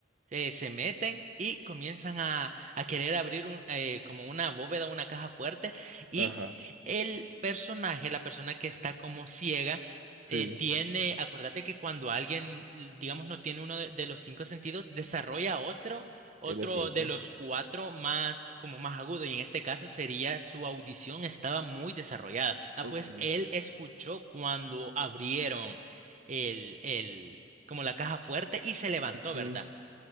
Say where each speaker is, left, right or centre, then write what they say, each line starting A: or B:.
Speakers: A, on the right; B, on the right.
A: eh, se meten y comienzan a, a querer abrir un, eh, como una bóveda, una caja fuerte y
B: Ajá.
A: el personaje, la persona que está como ciega,
B: Sí,
A: eh, Sí. tiene, acuérdate que cuando alguien, l- digamos, no tiene uno de, de los cinco sentidos, desarrolla otro, otro
B: en efecto.
A: de los cuatro más, como más agudo y en este caso sería su audición estaba muy desarrollada. Ah,
B: Ok,
A: pues él escuchó cuando abrieron el, el, como la caja fuerte y se levantó,
B: ok,
A: ¿verdad?